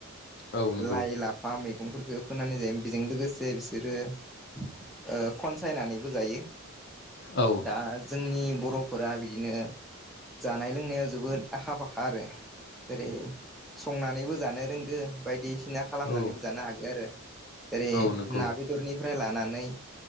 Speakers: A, on the left; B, in the centre.
A: औ नंगौ
B: लाइ लाफा मै मैगंफोरफोरखौ फोनानै जायोमोन बेजों लोगोसे बिसोरो खनसायनानैबो जायो।
A: औ
B: दा जोंनि बर'फोरा बिदिनो जानाय लोंनायाव जोबोद आखा फाखा आरो जेरै संनानैबो जानो रोंगौ बायदि बायदिसिना खालामनानैबो
A: औ
B: जानो हागोन आरो जेरै
A: औ नंगौ
B: ना बेदरनि नानै